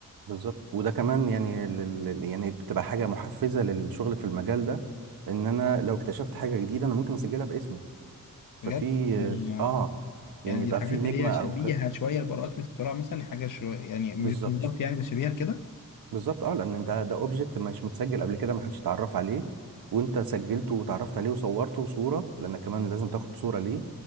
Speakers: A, on the right (about 80°); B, on the left (about 65°).
A: بالظبط وده كمان يعني لل... لل- يعني بتبقى حاجه محفزه للشغل في المجال ده ان انا لو اكتشفت حاجه جديده انا ممكن اسجلها باسمي ففي
B: بجد يعني
A: اه
B: يعني
A: يعني
B: دي
A: يبقى
B: الحاجات
A: في نجمه
B: اللي هي شبيهه
A: او ك...
B: شويه لبراءات الاختراع مثلا يعني حاجه شويه يعني مش
A: بالظبط
B: بالظبط يعني بس شبيهه لكده
A: بالظبط اه لان ده ده اوبجكت مش متسجل قبل كده ما حدش اتعرف عليه وانت سجلته وتعرفت عليه وصورته صوره لانك كمان لازم تاخد صوره ليه